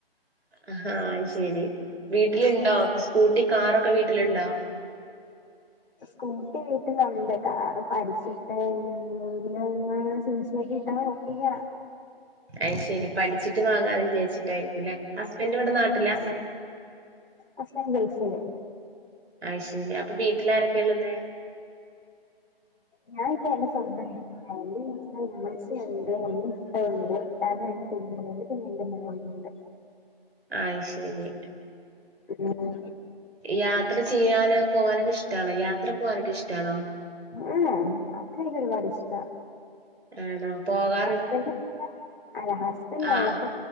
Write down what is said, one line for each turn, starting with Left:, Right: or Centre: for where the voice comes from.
Right: ആഹ് അത് ശെരി വീട്ടില്ണ്ടോ സ്കൂട്ടി കാറൊക്കെ വീട്ടില്ണ്ടോ
Left: <unintelligible> ശെര്യാ
Right: അയ്ശരി പഠിച്ചിട്ട് വാങ്ങാ വിചാരിച്ചിട്ടായിരിക്കല്ലേ ഹസ്ബൻഡിവിടെ നാട്ട
Left: ആഹ് ഹസ്ബന്റ് ഗൾഫില്
Right: അയ് ശരി അപ്പൊ വീട്ടിൽ ആരൊക്കെ ഉള്ളത്
Left: ഞാനിപ്പോ <unintelligible> എൻ്റെ ഉമ്മച്ചിയോണ്ട് <unintelligible> ഉപ്പാ ഉണ്ട് രണ്ട് <unintelligible> പിന്നെ എന്റെ മോളിണ്ട്
Right: അയ്ശരി
Left: ഉം
Right: യാത്ര ചെയ്യാന് പോകാനൊക്കെ ഇഷ്ടാണോ യാത്ര പോകാനൊക്കെ ഇഷ്ടണോ
Left: ഇല്ല <unintelligible> ഒരുപാട് ഇഷ്ടാ
Right: ആണോ പോകാ
Left: ഹസ്ബൻ്റെ <unintelligible> ഹസ്ബൻ്റെ
Right: ആ
Left: ഒള്ളപ്പേ